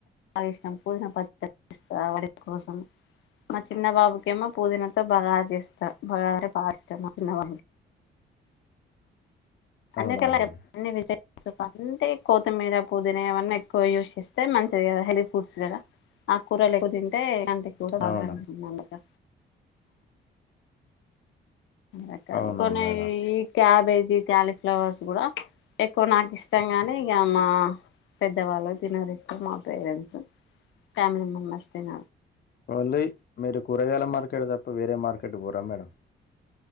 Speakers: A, on the left; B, on the left.
A: బాగిష్టం పూదన పస్త వాడి కోసం మా చిన్న బాబుకి ఏమో పూదినతో బగార్ చేస్త బగావర పా చిన్నవ అన్ని
B: అవునా
A: <unintelligible>
B: అండి
A: అన్ని తింటే సో అంటే కొత్తిమీర పొదీన ఏవన్నీ ఎక్కువ యూజ్ చేస్తే మంచిది కదా హెల్దీ ఫుడ్స్ కద ఆక్కూరల్ ఎక్కువ తింటే గా
B: అవునా
A: రకాాల
B: అవునా
A: కొన్ని
B: మేడం
A: ఈ క్యాబేజీ కాలిఫ్ ఫ్లవర్స్ కూడ ఎక్కువ నాకెష్టం గానీ ఇక మా పెద్దవాళ్ళు తినరు ఇప్పు మా పేరెంట్స్ ఫ్యామిలీ మెంబర్స్ తిన
B: ఓన్లీ మీరు కూరగాయల మార్కెట్ తప్ప వేరే మార్కెట్ కూర మేడం